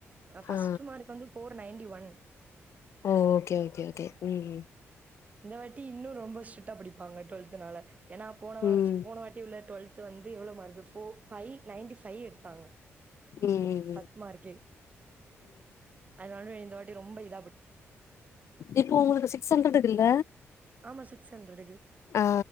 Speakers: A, on the right; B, on the left.
A: அ ஃபஸ்ட்டு
B: ஆ
A: மார்க்கு வந்து ஃபோர் நைன்டி வன்
B: ஓ ஓகே ஓகே ஓகே ம்
A: இந்த வாட்டி இன்னு ரொம்ப ஸ்ட்ரிட்டா பிடிப்பாங்க டுவல்த்துனால ஏனா போன வார்ஸ்
B: ம்
A: போன வாட்டி உள்ள டுவல்த் வந்து எவ்ளோ mark four five ninety five எடுத்தாங்க
B: ம்ம்
A: ஹஸ்மார்க்கே அதனாலு இந்த வாட்டி ரொம்ப இத்
B: இப்போ உங்குளுது சிக்ஸ் ஹண்ட்ரடுக் இல்ல
A: ஆமா சிக்ஸ் ஹண்ட்ரடுக்கு
B: ஆ